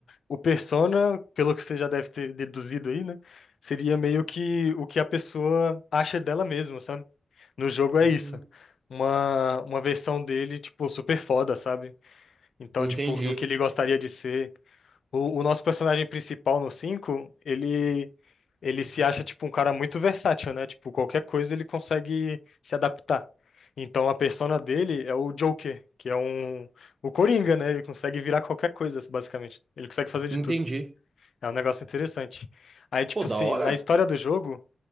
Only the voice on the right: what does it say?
Hum,
Entendi,
entendi.
Pô, da
hora?